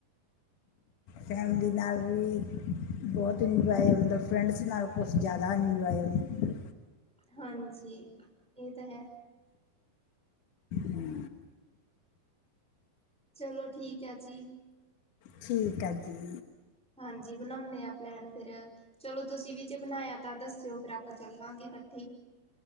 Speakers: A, on the left; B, in the centre.
A: ਫੈਮਲੀ ਨਾਲ ਵੀ। ਬੋਹੋਤ ਇਨਜੁਆਏ ਹੁੰਦਾ। ਫਰੈਂਡਸ ਨਾਲ ਕੁਛ ਜਿਆਦਾ ਇਨਜੁਆਏ ਹੁੰ
B: ਹਾਂਜੀ, ਏ ਤਾਂ ਹੈ।
A: ਹੂੰ।
B: ਚਲੋ, ਠੀਕ ਐ ਜੀ।
A: ਠੀਕ ਆ ਜੀ।
B: ਹਾਂਜੀ, ਬਣਾਉਂਨੇ ਆਂ ਪਲੈਨ ਫੇਰ। ਚਲੋ ਤੁਸੀਂ ਵੀ ਜੇ ਬਣਾਇਆ ਤਾਂ ਦੱਸਿਓ ਫੇਰ ਆ ਪਾਂ ਚੱਲਾਂਗੇ ਕੱਠੇ ਈ।